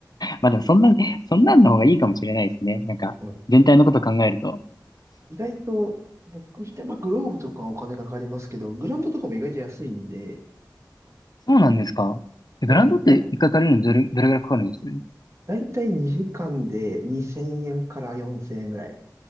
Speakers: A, on the left; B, on the right.
A: まあでもそんなね、そんなんの方がいいかもしれないですね。なんか、
B: この、
A: 全体のこと考えると。
B: だから、意外と、僕自体、まあ、グローブとかはお金かかりますけど、グラウンドとかも意外と安いんで、
A: そうなんですか。えグラウンドって一回借りるのにどれ、
B: そうなんですよ。だい、
A: どれぐらいかかるんです
B: だいたい2時間で2000円から4000円ぐらい。